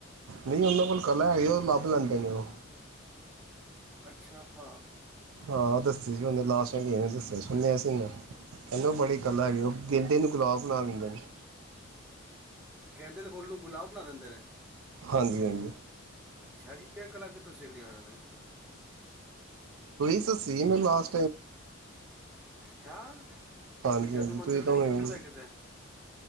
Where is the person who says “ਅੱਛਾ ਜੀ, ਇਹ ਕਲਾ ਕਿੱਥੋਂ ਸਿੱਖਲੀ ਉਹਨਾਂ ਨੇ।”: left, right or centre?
Centre